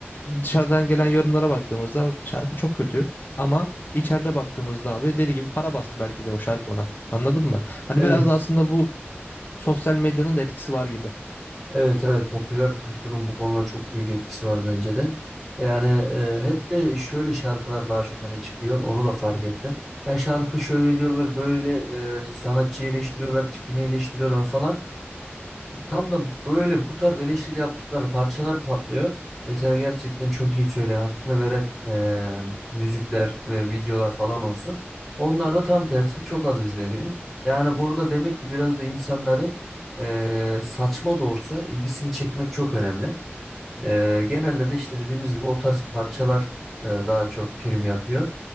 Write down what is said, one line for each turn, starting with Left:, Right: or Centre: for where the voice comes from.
Left: dışarıdan gelen yorumlara baktığımızda şarkı çok kötü. Ama içeride baktığımızda abi deli gibi para bastı belki de o şarkı ona. Anladın mı? Hani
Centre: Evet,
Left: biraz da aslında bu sosyal medyanın da etkisi var gibi.
Centre: evet, evet. Popüler kültürün bu konuda çok büyük etkisi var bence de. Yani e, hep de şöyle şarkılar daha çok öne çıkıyor. Onu da fark ettim. Yani şarkı şöyle diyorlar, böyle e, sanatçıyı eleştiriyorlar, tipini eleştiriyorlar falan. Tam da böyle bu tarz eleştiri yaptıkları parçalar patlıyor. Mesela gerçekten çok iyi söyleyen, hakkını veren e, müzikler ve videolar falan olsun. Onlar da tam tersi çok az izleniyor. Yani burada demek ki biraz da insanların e, saçma da olsa ilgisini çekmek çok önemli. E, genelde de işte dediğimiz gibi o tarz parçalar e, daha çok prim yapıyor.